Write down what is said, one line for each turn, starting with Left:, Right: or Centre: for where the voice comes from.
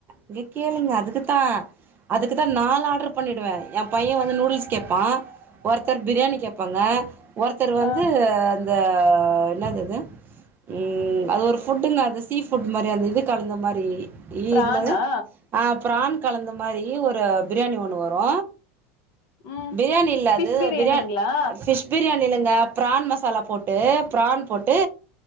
Right: இங்க கேளுங்க அதுக்குத்தா அதுக்கு தா நாலு ஆட்ரு பண்ணிடுவே எ பையெ வந்து நூடுல்ஸ் கேப்பா ஒருத்தர் பிரியாணி கேப்பாங்க ஒருத்தர் வந்து
Left: ஆ
Right: அந்த என்னாது அது ம் அது ஒரு ஃபுட்டுங்க அது சீ ஃபுட் மாரி அந்த இது கலந்த மாரி ஏ
Left: பிரானா
Right: என்னது அ ப்ரான் கலந்த மாரி ஒரு பிரியாணி ஒன்னு வரு
Left: ம்
Right: பிரியாணி இல்ல
Left: ஃபிஷ்
Right: அது
Left: பிரியாணிங்களா
Right: பிரியான் அ ஃபிஷ் பிரியாணி இல்லங்க பிரான் மசாலா போட்டு பிரான் போட்டு